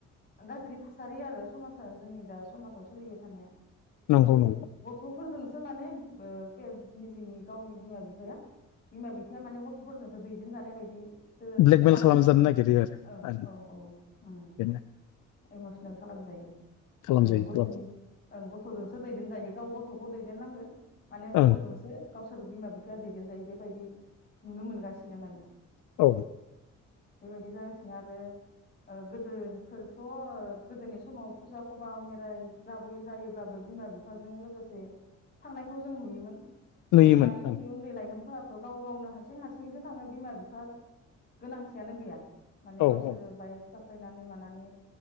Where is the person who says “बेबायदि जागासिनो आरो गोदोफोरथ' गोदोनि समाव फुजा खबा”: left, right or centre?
Left